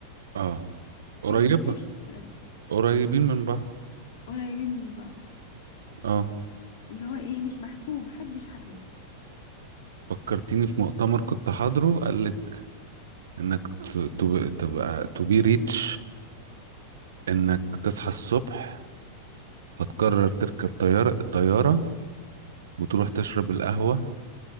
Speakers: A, on the right; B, on the left.
A: آه قريبة
B: ده بالنسبة لي الشخص الغني
A: قريبين من بعض
B: قريبين من بعض
A: آه
B: إن هو إيه مش محكوم محدش حكمه
A: فكرتيني في مؤتمر كنت حاضره قال انك ت- ت- تبقى تو بي ريتش انك تصحى الصبح فتقرر تركب طيارة الطيارة وتروح تشرب القهوة